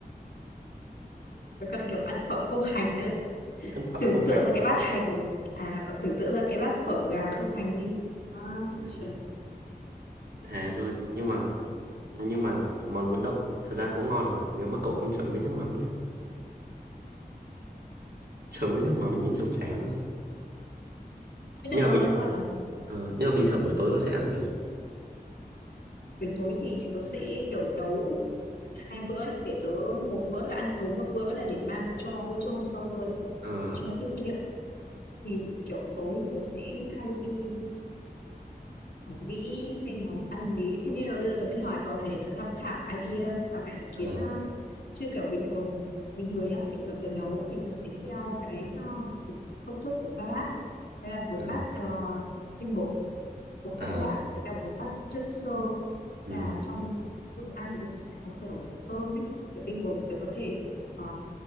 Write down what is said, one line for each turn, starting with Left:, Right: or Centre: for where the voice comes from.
Left: phải cần kiểu ăn phở không hành nữa
Right: ăn phở
Left: tưởng
Right: không
Left: tượng
Right: hành
Left: ra
Right: nữa
Left: cái bát hành à ờ, tưởng tượng ra cái bát phở gà không hành đi à,
Right: đấy,
Left: trời.
Right: thề luôn nhưng mà nhưng mà món bún đậu thật ra cũng ngon mà nếu mà cậu không chấm với nước mắm nhé chấm với nước mắm nhìn trông chán không
Left: Cái
Right: nhưng
Left: đang
Right: mà
Left: mà
Right: bình
Left: vẫn
Right: thường,
Left: ngon mà
Right: ờ, nhưng mà bình thường buổi tối cậu sẽ ăn gì
Left: buổi tối thì tớ sẽ kiểu nấu hai bữa ấy, để tớ một bữa là ăn tối một bữa là để mang cho bữa trưa hôm sau luôn
Right: ờ
Left: cho tiết kiệm thì kiểu tối thì tớ sẽ hay kiểu nghĩ xem món ăn gì thế nên là bây giờ tớ mới hỏi cậu này để tớ tham khảo idea tham khảo ý kiến
Right: ờ
Left: ha. chứ kiểu bình thường bình thường nhá bình thường tớ nấu thì tớ sẽ theo cái ờ, công thức của ba bát đây là một
Right: ờ
Left: bát ờ, tinh bột một
Right: ờ
Left: bát đạm với cả một bát chất xơ
Right: ừ,
Left: là trong bữa ăn thì mình sẽ có kiểu cơm ấy, kiểu tinh bột thì tớ có thể ờ,